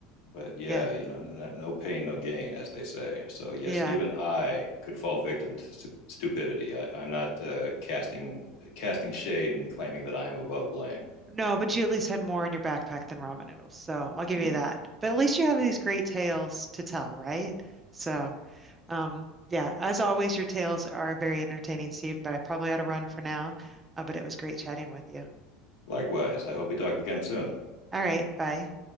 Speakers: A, on the left; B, on the right.
A: But yeah,
B: Yeah,
A: you know, no, no pain, no gain, as they say. So yes,
B: yeah.
A: even I could fall victim to stu- stupidity. I, I'm not uh, casting casting shade and claiming that I am above blame.
B: No, but you at least had more in your backpack than ramen noodles, so I'll give
A: Mm.
B: you that. But at least you have these great tales to tell, right? So, um, yeah, as always, your tales are very entertaining, Steve, but I probably ought to run for now. Uh, but it was great chatting with you.
A: Likewise, I hope we talk again soon.
B: All right, bye.